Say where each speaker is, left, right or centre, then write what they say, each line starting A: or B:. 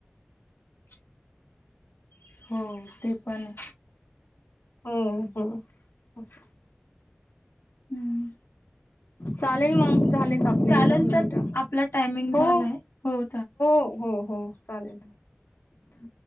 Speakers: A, on the left (about 65°); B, on the left (about 85°).
A: <unintelligible> हो ते पण
B: हो हो अस
A: हम्म
B: चालेल मग झालेत आपले
A: चालेल
B: दहा मिनटं
A: सर आपला टायमिंग झालाय.
B: हो हो
A: हो
B: हो हो हो चालेल
A: ह